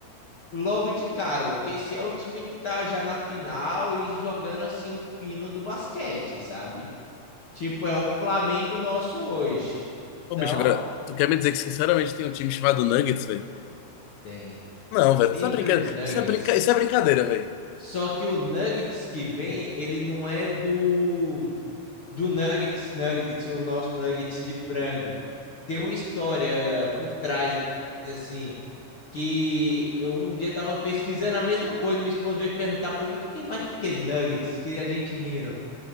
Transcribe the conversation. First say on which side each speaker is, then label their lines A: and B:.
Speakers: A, on the left (about 55°); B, on the left (about 85°).
A: logo de cara. O OKC é o time que tá já na final e jogando assim o fino do basquete, sabe? Tipo, é o Flamengo nosso hoje. Então,
B: Ô, bicho, agora, tu quer me dizer que sinceramente tem um time chamado Nuggets, velho?
A: tem
B: Não,
A: Denver
B: velho, tu tá brincando.
A: Nuggets.
B: Isso é, brinca... Isso é brincadeira, velho.
A: Só que o Nuggets que vem, ele não é do do Nuggets Nuggets, o nosso Nuggets de frango. Tem uma história por trás assim, que eu um dia tava pesquisando a mesma coisa, minha esposa veio perguntar para mim, eu fiquei, mas por que nuggets? Que a gente rindo.